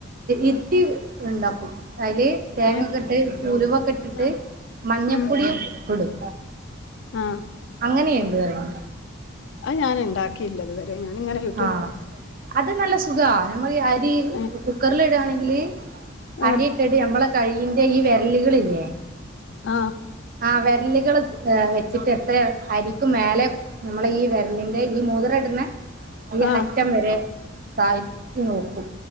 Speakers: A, on the right; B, on the left.
A: ഇട്ടി ഉണ്ടാക്കും അതില് തേങ്ങൊക്കെ
B: ഏഹ്
A: ഇട്ട് ഉലുവൊക്കെ ഇട്ടിട്ട്
B: ആഹ്
A: മഞ്ഞപ്പൊടിയും
B: ഉം
A: ഇ ഇടും
B: ആഹ്
A: അങ്ങനെയുണ്ട് അ
B: അത് ഞാൻ ഇണ്ടാക്കിയില്ലത് വരെ ടെ ഞാനിങ്ങനെ യൂ
A: ആഹ് അത് നല്ല സുഖാ നമ്മൾ അരി
B: ഏഹ്
A: കുക്കറിൽ ഇടാണെങ്കില്
B: ആഹ്
A: അരി ഇട്ടട്ട് ഞമ്മളെ കഴിയിന്റെ ഈ വിരലികൾല്ലേ
B: ആഹ്
A: ആ വെരലുകള് ഏഹ് വെച്ചിട്ട് എത്ര അരിക്കും മേലേ നമ്മളെ ഈ വെരലിന്റെ ഈ മൂതിരടിനെ ഈ
B: ആഹ്
A: അറ്റം വരെ തായ്ത്തി നോക്കും